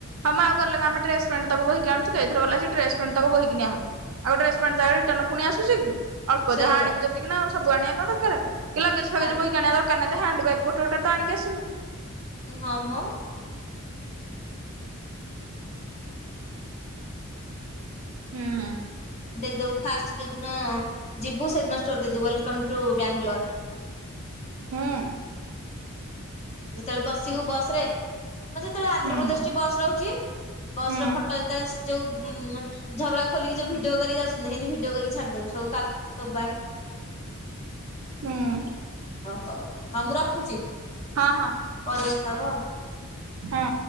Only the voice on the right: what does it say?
ହମ୍ ଆଉ ଗଲେ କଣ ଆମେ ଡ୍ରେସ ପ୍ୟାଣ୍ଟ ତକ ବୋହିକି ଆଣିଛୁ କି, ଏଥର ଗଲେ ସେଇ ଡ୍ରେସ ପ୍ୟାଣ୍ଟ ତକ ବୋହିକି ନିଆ ହବ୍। ଆଉ ଡ୍ରେସ ପ୍ୟାଣ୍ଟ ରିଟର୍ନ ପୁଣି ଆସୁଛି କି? ଅଳ୍ପ
ଯାହା ଆଣୁ ଯେତିକି ନା ଆଉ ସବୁ ଆଣିବା କଣ ଦରକାର, କି ଲଗେଜ ଫଗେଜ
ବୋହିକି ଆଣିବା ଦରକାର ନାହିଁ। ହ୍ୟାଣ୍ଡ ବ୍ୟାଗ ଗୋଟେ, ଗୋଟେ ତ ଆଣିକି ଆସିବୁ।
ହୁଁ।
ହଁ।
ହୁଁ
ହୁଁ
ହୁଁ
ହଁ ହଁ
ହଁ।